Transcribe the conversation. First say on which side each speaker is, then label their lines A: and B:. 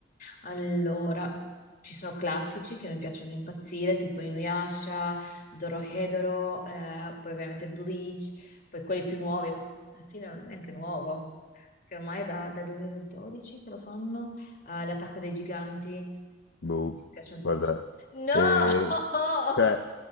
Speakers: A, on the left; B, on the left.
A: Allora, ci sono classici che mi piacciono da impazzire, tipo Inuyasha, Dorohedoro, eh, poi ovviamente Bleach, poi quelli più nuovi, ma alla fine non è neanche nuovo, perché ormai è da, dal 2012 che lo fanno, eh, L'attacco dei giganti.
B: Boh,
A: Mi piacciono...
B: guarda,
A: No!
B: eh, cioè,